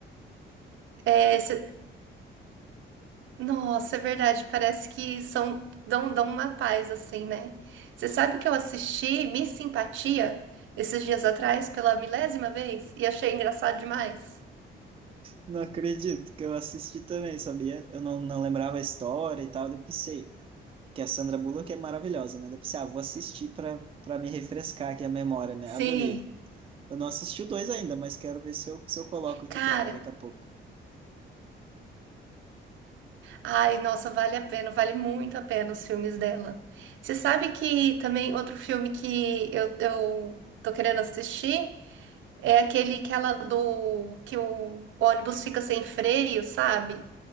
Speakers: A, on the right (about 75°); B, on the right (about 30°).
A: É, você Nossa, é verdade. Parece que são dão, dão uma paz assim, né? Você sabe que eu assisti Miss Simpatia esses dias atrás pela milésima vez e achei engraçado demais.
B: Não acredito que eu assisti também, sabia? Eu não, não lembrava a história e tal. Daí eu pensei que a Sandra Bullock é maravilhosa, né? Daí Eu pensei, ah, vou assistir pra, pra me refrescar aqui a memória, né?
A: Sim,
B: Adorei. Eu não assisti o dois ainda, mas quero ver se eu, se eu coloco aqui
A: cara.
B: também daqui a pouco.
A: Ai, nossa, vale a pena, vale muito a pena os filmes dela. Você sabe que também outro filme que eu, eu tô querendo assistir é aquele que ela do que o ônibus fica sem freio, sabe?